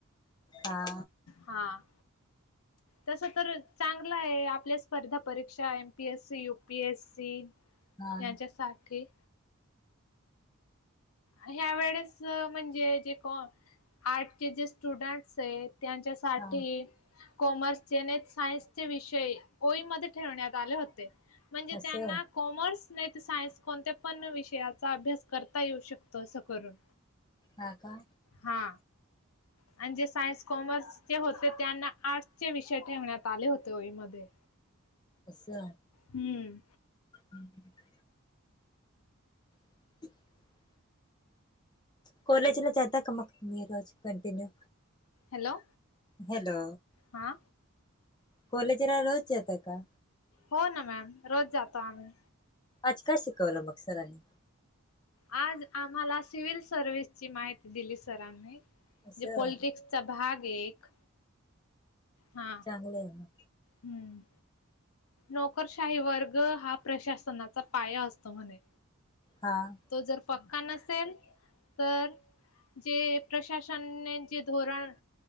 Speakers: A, on the left; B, on the left.
A: हा.
B: हां. तस तर चांगलं आहे. आपल्या स्पर्धा परीक्षा M P S C, U P S C.
A: हा
B: यांच्यासाठी. ह्या वेळेस म्हणजे जे कोण आर्टचे जे स्टुडंट्स हेत त्यांच्या साठी.
A: हा
B: कॉमर्सचे ने सायन्सचे विषय ओईमध्ये ठेवण्यात आले होते. म्हणजे
A: असं
B: त्यांना कॉमर्स नाही त सायन्स कोणत्या पण विषयाचा अभ्यास करता येऊ शकतो असं करून.
A: हा का,
B: हा, आणि जे सायन्स कॉमर्स ते होते त्यांना आर्ट चे विषय ठेवण्यात आले होते ओईमध्ये.
A: असं ह
B: हम्म
A: ह, <inaudible> कॉलेजला ज्याता का मग तुम्ही रोज कंन्टीनू.
B: हॅलो,
A: हॅलो,
B: हा,
A: कॉलेजला रोज जाता का?
B: हो ना मॅम, रोज जातो आम्ही.
A: आज काय शिकवलं मग सरांनी?
B: आज आम्हाला सिव्हिल सर्विस ची माहिती दिली सरांनी.
A: असं
B: जे पॉलिटिक्स चा भाग एक. हा
A: चांगलं हे मग
B: हम्म, नोकरशाही वर्ग हा प्रशासनाचा पाया असतो म्हणे.
A: हां,
B: तो जर पक्का नसेल तर, जे प्रशासनने जे धोरण